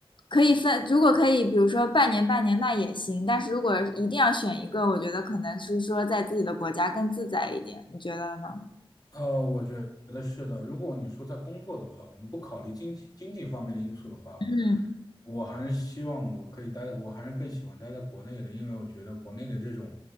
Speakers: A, on the left; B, on the left.
A: 可以分，如果可以，比如说半年半年那也行，但是如果一定要选一个，我觉得可能是说在自己的国家更自在一点，你觉得呢？
B: 呃，我觉得是的。如果你说在工作的话，我们不考虑经济经济方面的因素的话，
A: 嗯。
B: 我还是希望我可以待，我还是更喜欢待在国内的，因为我觉得国内的这种，